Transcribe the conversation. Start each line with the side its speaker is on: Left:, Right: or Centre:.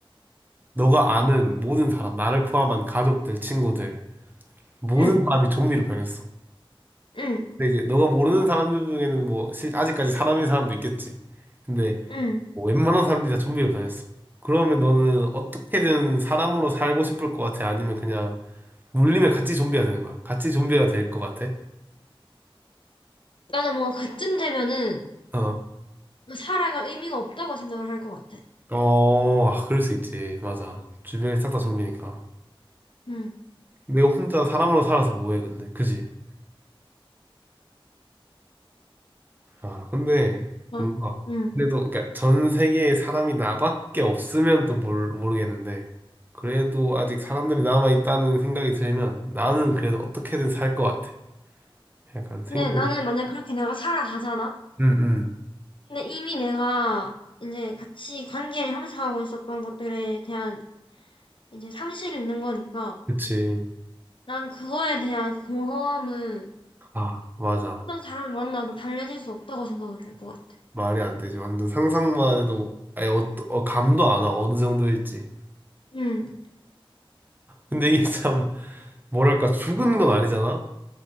Right: 너가 아는 모든 사람, 나를 포함한 가족들, 친구들, 모든
Left: 응,
Right: 사람이 좀비로 변했어.
Left: 응.
Right: 근데 이제 너가 모르는 사람들 중에는 뭐, 실- 아직까지 사람인 사람도 있겠지. 근데
Left: 응.
Right: 뭐 웬만한 사람들이 다 좀비로 변했어. 그러면 너는 어떻게든 사람으로 살고 싶을 것 같아? 아니면 그냥 물리면 같이 좀비가 되는 거야. 같이 좀비가 될 것 같아.
Left: 나는 뭔가 그쯤 되면은
Right: 어.
Left: 뭐 살아갈 의미가 없다고 생각을 할 것 같아.
Right: 어, 아, 그럴 수 있지. 맞아. 주변이 싹 다 좀비니까.
Left: 응,
Right: 내가 혼자 사람으로 살아서 뭐해, 근데. 그지? 아, 근데,
Left: 응.
Right: 뭔가.
Left: 응.
Right: 그래도, 그러니까 전 세계에 사람이 나밖에 없으면 또 모르, 모르겠는데. 그래도 아직 사람들이 남아있다는 생각이 들면 나는 그래도 어떻게든 살 것 같아. 약간 생존.
Left: 근데 나는 만약 그렇게 내가 살아가잖아?
Right: 응, 응.
Left: 근데 이미 내가 이제 같이 관계를 형성하고 있었던 것들에 대한 이제 상실이 있는 거니까
Right: 그치.
Left: 난 그거에 대한 그 공허함은
Right: 아, 맞아.
Left: 어떤 사람을 만나도 달래질 수 없다고 생각을 할 것 같아.
Right: 말이 안 되지. 완전 상상만 해도 아예 어, 어, 감도 안 와. 어느 정도일지.
Left: 응,
Right: 근데 이게 참 뭐랄까 죽은 건 아니잖아.